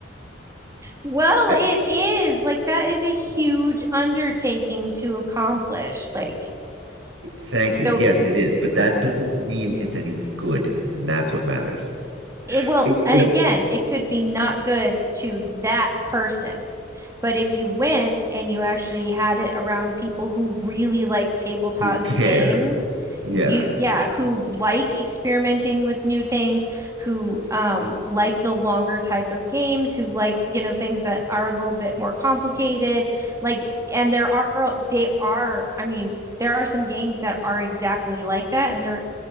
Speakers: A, on the right (about 15°); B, on the right (about 85°).
A: Well,
B: Uh,
A: it is like that is a huge undertaking to accomplish. Like,
B: Thank you. Yes,
A: so
B: it is, but that doesn't mean it's any good, and that's what matters.
A: it will,
B: Eh, you
A: and
B: know,
A: again, it could be not good to that person. But if you went and you actually had it around people who really like tabletop
B: who care?
A: games,
B: Yeah,
A: you, yeah, who like experimenting with new things, who um, like the longer type of games, who like, you know, things that are a little bit more complicated. Like, and there are, they are, I mean, there are some games that are exactly like that. And there,